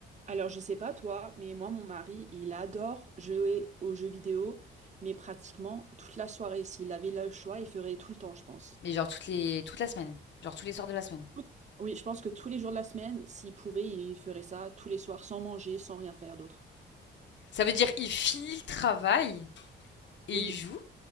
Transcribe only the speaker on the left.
Mais genre toutes les, toute la semaine. Genre tous les soirs de la semaine.
Ça veut dire il finit le travail et
il joue.